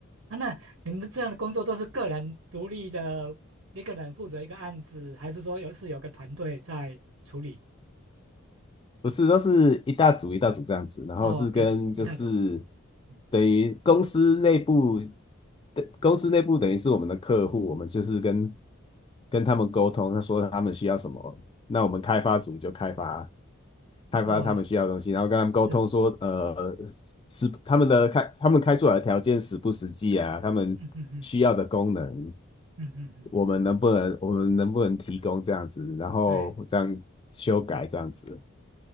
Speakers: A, on the right (about 60°); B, on the left (about 25°).
A: 啊那你们的这样的工作都是个人独立的，一个人负责一个案子，还是说有是有个团队在处理？
B: 不是都是一大组一大组这样子，然后是跟就是
A: 哦，也一大组，嗯，
B: 等于公司内部的公司内部等于是我们的客户，我们就是跟跟他们沟通，他说他们需要什么，那我们开发组就开发。开发他们需要的东西，
A: 哦，
B: 然后跟他们沟通说，
A: 是，
B: 呃，是他们的开他们开出来的条件实不实际啊？他们需要的功能，
A: 嗯嗯嗯嗯嗯嗯，
B: 我们能不能我们能不能提供这样子？然后这样修改这样子。
A: 对，